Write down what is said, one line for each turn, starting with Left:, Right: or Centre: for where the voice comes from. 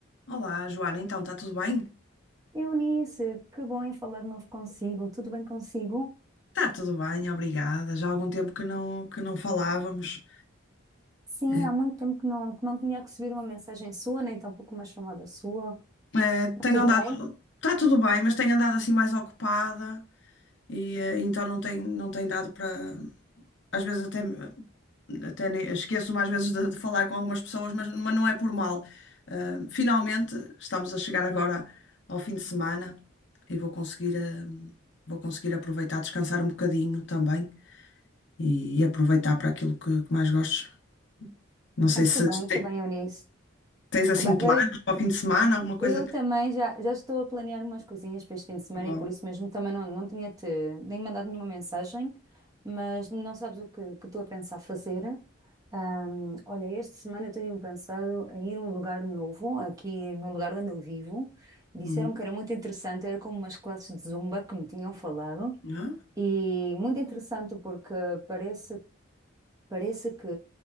Left: Olá, Joana, então está tudo bem?
Right: Eunice, que bom em falar de novo consigo. Tudo bem consigo?
Left: Está tudo bem, obrigada. Já há algum tempo que não, que não falávamos.
Right: Sim,
Left: É.
Right: há muito tempo que não, que não tinha recebido uma mensagem sua, nem tampouco uma chamada sua.
Left: É, tenho
Right: Tudo
Left: andado,
Right: bem?
Left: está tudo bem, mas tenho andado assim mais ocupada e eh, então não tem, não tem dado para. Às vezes até, até nem- esqueço-me às vezes de, de falar com algumas pessoas, mas, mas não é por mal. Eh, finalmente estamos a chegar agora ao fim de semana e vou conseguir, eh, vou conseguir aproveitar, descansar um bocadinho também e, e aproveitar para aquilo que que mais gosto. Não sei
Right: Ai,
Left: se
Right: que bem,
Left: te-
Right: que bem, Eunice.
Left: tens assim
Right: Que bem.
Left: planos
Right: Eu,
Left: para o fim de semana, alguma coisa
Right: eu
Left: que.
Right: também já, já estou a planear umas coisinhas para este fim de semana
Left: é Bom.
Right: e por isso mesmo também não, não tinha-te nem mandado nenhuma mensagem, mas não sabes o que, que estou a pensar fazer. Ahm, olha, esta semana eu tenho pensado em ir a um lugar novo, aqui no lugar onde eu vivo. Disseram
Left: Uhum.
Right: que era muito interessante, era como umas classes de zumba que me tinham falado.
Left: Ah,
Right: E muito interessante porque parece Parece que,